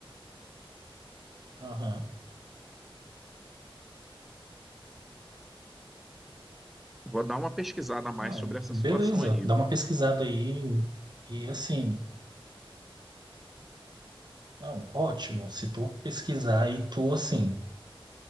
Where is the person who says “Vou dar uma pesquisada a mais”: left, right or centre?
Centre